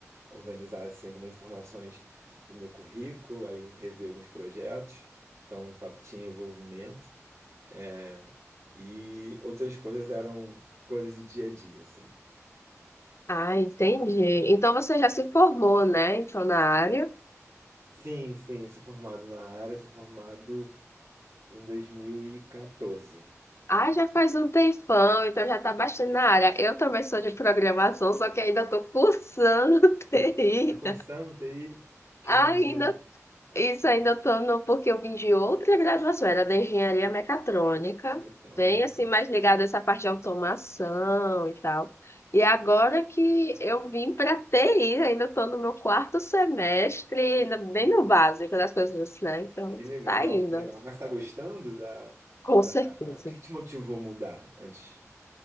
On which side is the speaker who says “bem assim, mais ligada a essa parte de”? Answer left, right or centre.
Left